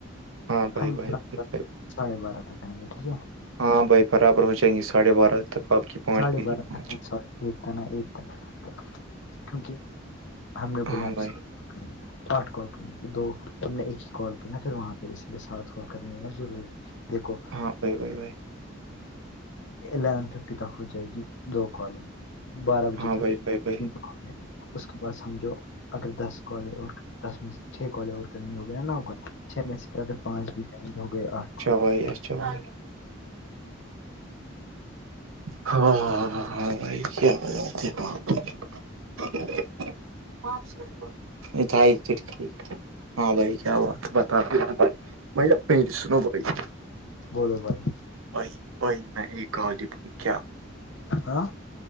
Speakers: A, on the right; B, on the left.
A: ہاں بھائی
B: ہم
A: بھائی بھائی بھائی
B: ساڑھے بارہ تک کریں گے ٹھیک ہے <unintelligible>
A: ہاں بھائی برابر ہو جائیں گےاھے بارہ <unintelligible> پانچ
B: ساڑے
A: میری
B: بارہ
A: پانچ
B: تک نہیں س <unintelligible> ایکتا ن ایک تھا کیونکہ ہم نے
A: ہاں
B: بولا ہم
A: بھائی
B: <unintelligible> آٹھ کال کرنی دو ہم نے ایک ہی کال کی نا پھر وہاں پہ اسی لیے سات کال کرنی ہے نا ضروری ہے <unintelligible> دیکھو <unintelligible>
A: ہاں بھائی بھائی بھائی <unintelligible>
B: الیون ففٹی تک ہو جائے گی دو کال <unintelligible> بارہ بجے
A: ہاں
B: توھر
A: بھائی
B: ت
A: بھائی بھائی
B: گھن <unintelligible> اس کے بعد س ہم جو اگر دس کال اور دس میں چھ کالج اور <unintelligible> ک ہوگیا نا نو کا چھ میں سے اگر پانچ بھی ک ہو گئے آٹھ
A: اچھا
B: <unintelligible>
A: بھائی اچھا <unintelligible> ہاں ہاںاںاں <unintelligible> ہاں بھائی کیا بتاتےپ <unintelligible> مھائی چٹکی ہاں بھائی کیا ہوات بتا دی بھائی <unintelligible> بھائی آپنے ہی دسناو بھائی <unintelligible>
B: بولو بھائی <unintelligible>
A: بئی بی میں ایک غالب ہوں کیا <unintelligible>
B: ہاں